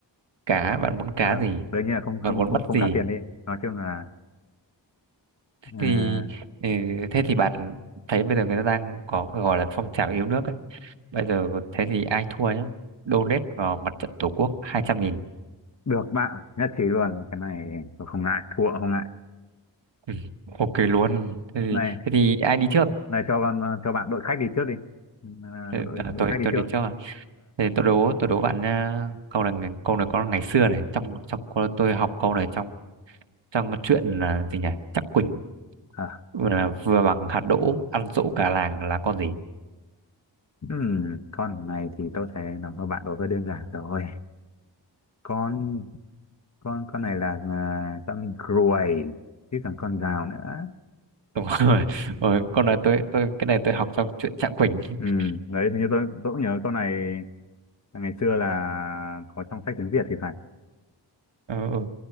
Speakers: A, on the right (about 75°); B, on the left (about 40°).
A: cá bạn muốn cá
B: Ờ,
A: gì
B: đương nhiên là không không
A: bạn muốn
B: không
A: bắt
B: không
A: gì
B: cá tiền đi. Nói chung là à,
A: thì ừ, thế thì bạn thấy bây giờ người ta đang có cái gọi là phong trào yêu nước ấy bây giờ thế thì ai thua nhá donate vào mặt trận tổ quốc hai trăm nghìn
B: được bạn nhất trí luôn. Cái này tôi không ngại, thua không ngại.
A: ừ, ok luôn thế thì,
B: Này,
A: thế thì ai đi trước
B: này cho con ờ, cho bạn đội khách đi trước đi. Ừ, à,
A: Thế-
B: đội
A: à,
B: đội
A: tôi
B: khách đi
A: tôi
B: trước.
A: đi trước à. thế tôi đố tôi đố bạn à, câu này câu này có ngày xưa này trong trong cô- tôi học câu này trong trong chuyện à, gì nhỉ Chắc Quỳnh
B: À,
A: là vừa bằng hạt đỗ ăn dỗ cả làng là con gì
B: Ừm, con này thì tôi thấy nó hơi bạn đối hơi đơn giản rồi con con con này là à, con ruồi chứ còn con rào nữa
A: đúng rồi <laughs> Ờ, con này tôi tôi cái này tôi học trong chuyện Trạng Quỳnh <laughs>
B: ừ đấy hình như tôi tôi cũng nhớ câu này là ngày xưa là có trong sách tiếng Việt thì phải
A: ừ, ừ.